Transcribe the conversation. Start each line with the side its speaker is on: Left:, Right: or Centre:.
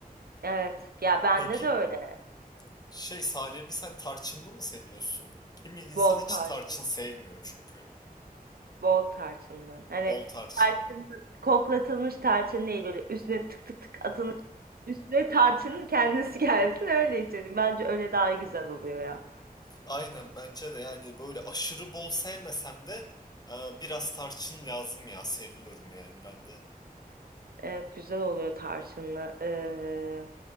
Right: Evet. Ya bende
Left: Peki
Right: de öyle.
Left: Şey Salih sen tarçınlı mı seviyorsun? Kimi insan
Right: Bol
Left: hiç
Right: tarz.
Left: tarçın sevmiyor çünkü.
Right: Bol tarçınlı. Hani
Left: Bol tarçınlı.
Right: tarçın
Left: Hmm.
Right: koklatılmış tarçın değil böyle üstüne tık tık tık atılmış. Üstüne tarçının kendisi <laughs> gelsin öyle içelim. Bence öyle daha güzel oluyor ya.
Left: Aynen bence de yani böyle aşırı bol sevmesem de e, biraz tarçın lazım ya seviyorum yani ben de.
Right: Evet güzel oluyor tarçınlı. Ee,